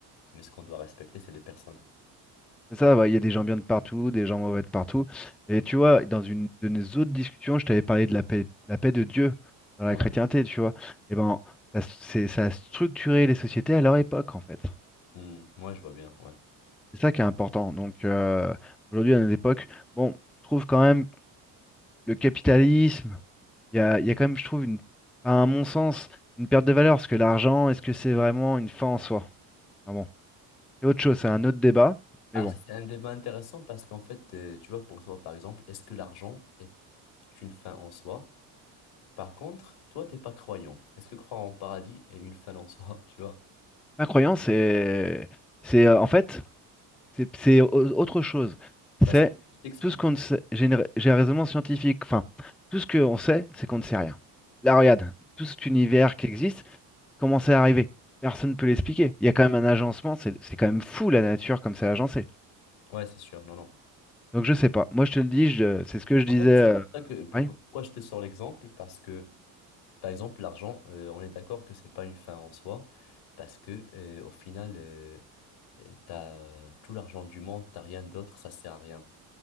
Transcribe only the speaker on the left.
Mais ce qu'on doit respecter, c'est les personnes
Ouais,
Hmm, ouais, je vois bien, ouais.
Ah,
c'est un débat intéressant parce qu'en fait, euh, tu vois, pour toi, par exemple, est-ce que l'argent est une fin en soi? Par contre, toi, t'es pas croyant. Est-ce que croire en paradis est une fin en soi, <laughs> tu vois?
Parce
que je t'explique.
Ouais, c'est sûr, non, non.
En
fait,
c'est pour ça que, pour-
pourquoi je te sors l'exemple, parce que, par exemple, l'argent, euh, on est d'accord que c'est pas une fin en soi, parce que, euh, au final, euh, euh, t'as euh, tout l'argent du monde, t'as rien d'autre, ça sert à rien.